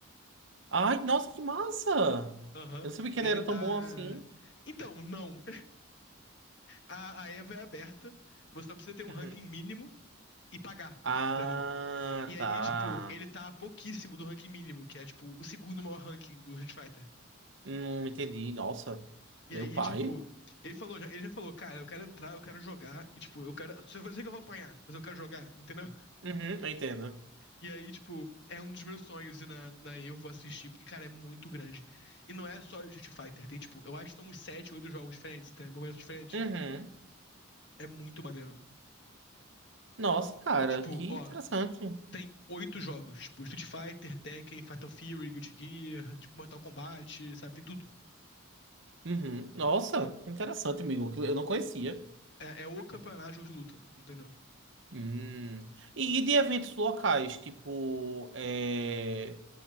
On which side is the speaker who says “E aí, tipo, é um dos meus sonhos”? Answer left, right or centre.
Left